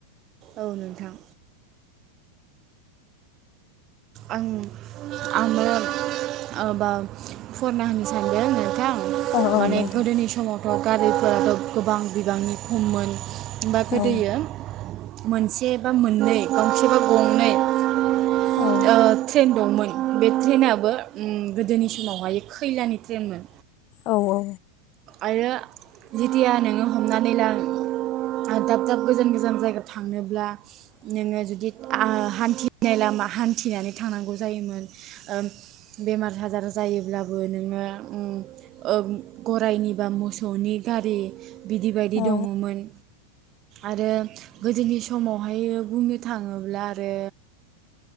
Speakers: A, on the right; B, on the left.
A: औ नोंथां। आं आंङो आ बा फुवारना होनो सानदों। बा
B: औ औ
A: माने
B: दे दे
A: गोदोनि समाव बा गारिफोराथ गोबां बिबांनि खममोन होमबा गोदोयो
B: औ
A: मोनसे बा मोननै गंसे बा गंनै ओ
B: औ
A: ट्रेन दंमोन। बे ट्रेनाबो उम गोदोनि समावहाय खैलानि ट्रेनमोन
B: औ औ।
A: आरो जेथिया नोङो हमनानै ला ओ दाब दाब गोजान गोजान जायगायाव थांनोब्ला नोङो जुदि आ हान्थिनाय लामा हान्थिनानै थांनांगौ जायोमोन ओ बेमार आजार जायोब्लाबो नोङो उम ओ गद गरायनिबा मोसौनि गारि बिदि बदि
B: औ
A: दङमोन। आरो गोदोनि समावहाय बुंनो थाङोब्ला आरो